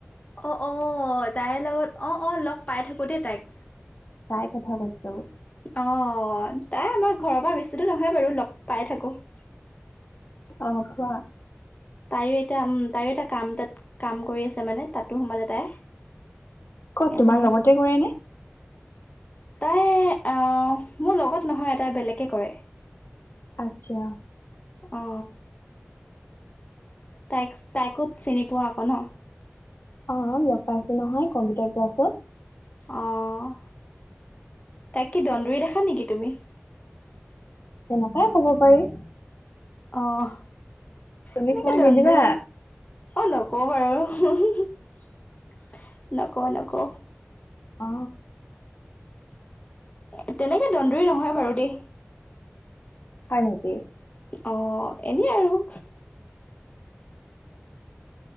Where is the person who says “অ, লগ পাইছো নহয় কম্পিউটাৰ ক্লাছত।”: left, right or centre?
Left